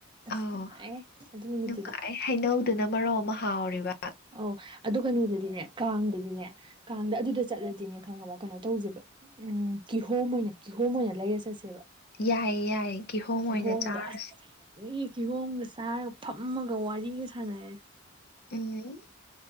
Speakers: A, on the right; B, on the left.
A: ꯑꯁ
B: ꯑꯧ
A: ꯅꯨꯡꯉꯥꯏꯍꯦ ꯑꯗꯨ ꯅꯨꯃꯤꯠꯇꯨꯗꯤ
B: ꯅꯨꯡꯉꯥꯏ ꯍꯩꯅꯧꯗꯨꯅ ꯃꯔꯣꯝꯃ ꯍꯥꯎꯔꯤꯕ
A: ꯑꯧ ꯑꯗꯨꯣ ꯀꯩꯅꯣꯗꯗꯤꯅꯦ ꯀꯥꯡꯗꯗꯤꯅꯦ ꯀꯥꯡꯗ ꯑꯗꯨꯗ ꯆꯠꯂꯗꯤꯅꯦ ꯈꯪꯉꯕ ꯀꯩꯅꯣ ꯇꯧꯁꯦꯕ ꯎꯝ ꯀꯤꯍꯣꯝ ꯑꯣꯏꯅ ꯀꯤꯍꯣꯝ ꯑꯣꯏꯅ ꯂꯩꯔ ꯆꯠꯁꯦꯕ
B: ꯌꯥꯏꯌꯦ ꯌꯥꯏꯌꯦ ꯀꯤꯍꯣꯝ
A: ꯀꯤꯍꯣꯝꯗꯣ
B: ꯑꯣꯏꯅ ꯆꯥꯔꯨꯁꯤ
A: ꯑꯁ ꯃꯤ ꯀꯤꯍꯣꯝꯒ ꯆꯥꯔꯒ ꯐꯝꯃꯒ ꯋꯥꯔꯤꯒ ꯁꯥꯟꯅꯔ
B: ꯎꯝ